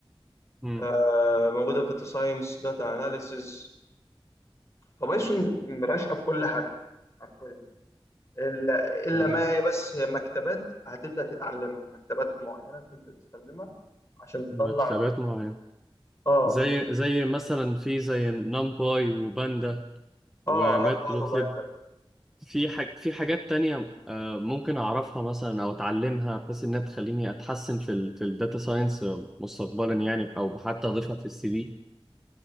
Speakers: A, in the centre; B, on the left (about 30°).
A: مم.
B: آه، موجودة في داتا ساينس داتا اناليسيز فبايثون راشقة في كل حاجة حرفيا إلا إلا
A: تمام
B: ما هي بس هي مكتبات هتبدأ تتعلمها مكتبات معينة بتبدأ تستخدمها عشان تطلع
A: مكتبات معينة
B: اه
A: زي
B: مك-
A: زي مثلا في زي نمباي وباندا وماتبلوتليب
B: اه نمبر وبعد
A: في حاج في حاجات تانية آه، ممكن أعرفها مثلا أو أتعلمها بحيث إنها تخليني أتحسن في ال في الداتا ساينس مستقبلا يعني أو حتى أضيفها في السي في